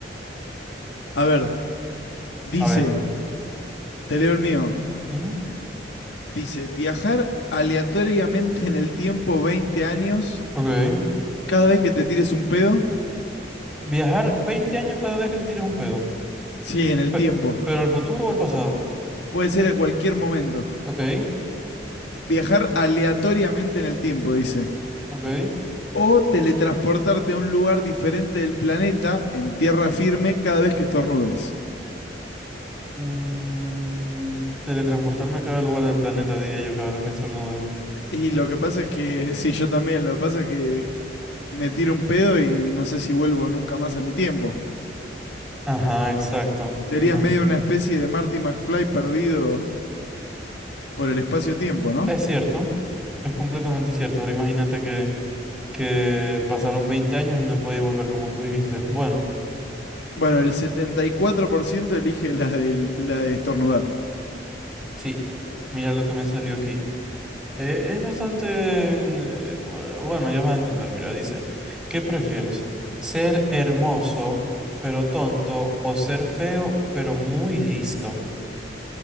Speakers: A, on the left; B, in the centre.
A: A ver, dice,
B: A ver.
A: te leo el mío.
B: Ujú.
A: Dice, viajar aleatoriamente en el tiempo 20 años
B: Ok.
A: cada vez que te tires un pedo.
B: Viajar 20 años cada vez que te tires un pedo.
A: Sí, en el
B: Pe-
A: tiempo.
B: ¿Pero al futuro o al pasado?
A: Puede ser a cualquier momento.
B: Ok,
A: Viajar aleatoriamente en el tiempo, dice.
B: ok.
A: O teletransportarte a un lugar diferente del planeta en tierra firme cada vez que estornudes.
B: Mm, teletransportarme a cada lugar del planeta, diría yo, cada vez que estornudo.
A: Y lo que pasa es que, sí, yo también, lo que pasa es que me tiro un pedo y no sé si vuelvo nunca más a mi tiempo.
B: Ajá, exacto.
A: Serías
B: Imagi-
A: medio una especie de Marty McFly perdido por el espacio-tiempo, ¿no?
B: Es cierto, es completamente cierto. Ahora imagínate que, que pasaron 20 años y no podía volver como tú dijiste. Bueno,
A: Bueno, el 74% elige la, del- la de estornudar.
B: sí, mira lo que me salió aquí. Eh, es bastante... eh, bu- bueno, ya vas a entender, mira, dice, ¿qué prefieres? ¿Ser hermoso pero tonto o ser feo pero muy listo?